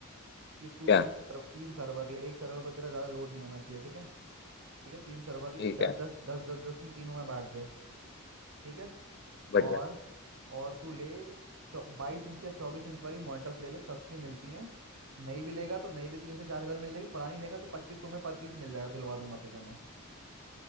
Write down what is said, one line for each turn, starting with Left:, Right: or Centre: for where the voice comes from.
Right: कि तू
Left: क्या
Right: तीन सर्व, तीन सर्वर ले एक सर्वर पर तेरा ज़्यादा लोड नहीं आना चाहिए ठीक है ठीक है तीन सर्वर ले
Left: ठीक
Right: दस
Left: है
Right: दस दस दस दस में तीनों में बांट दे ठीक है
Left: बढ़िया
Right: और और तू ले बाईस इंच या चौबीस इंच वाली मॉनिटर्स ले ले सस्ती मिलती हैं नई भी लेगा तो नई भी तीन से चार हज़ार मिल जाएगी पुरानी लेगा तो पच्चीस सौ में पर पीस मिल जाएगा दिलवा दूंगा तुझे मैं